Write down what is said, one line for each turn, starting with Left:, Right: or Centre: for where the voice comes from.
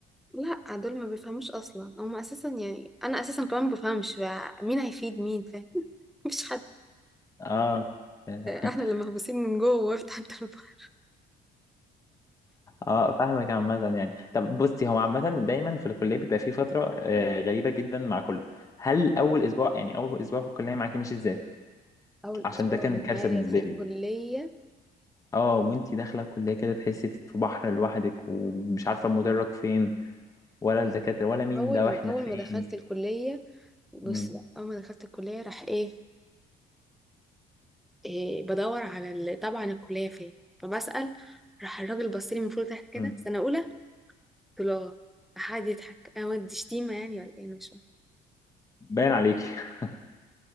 Centre: لا دول ما بيفهموش اصلا هم اساسا يعني انا اساسا كمان ما بفهمش بقى مين هيفيد مين فاهم <laughs> مفيش حد
Left: اه <laughs>
Centre: احنا اللي محبوسين من جوه وافتح انت البحر.
Left: اه فاهمك عامة يعني طب بصي هو عامة دايما في الكلية بيبقى في فترة آه، غريبة جدا مع كله هل أول أسبوع يعني أول أسبوع في الكلية معاكي مش ازاي؟
Centre: اول
Left: عشان
Centre: اسبوع
Left: ده كان
Centre: معايا
Left: كارثة بالنسبة
Centre: في الكلية
Left: لي اه وانتي داخلة الكلية كده تحسي في بحر لوحدك ومش عارفة المدرج فين ولا الدكاترة ولا مين
Centre: اول
Left: ده
Centre: من
Left: واحنا
Centre: اول
Left: فين
Centre: ما دخلت الكلية بص
Left: مم.
Centre: بقى اول ما دخلت الكلية راح ايه, إيه بدور على ال... طبعا الكلية فين فبسأل راح الراجل بص لي من فوق لتحت كده
Left: مم.
Centre: سنة اولى قلت له اه راح قعد يضحك انا ودي شتيمة يعني ولا ايه انا مش فاهمة
Left: باين عليكي <laughs>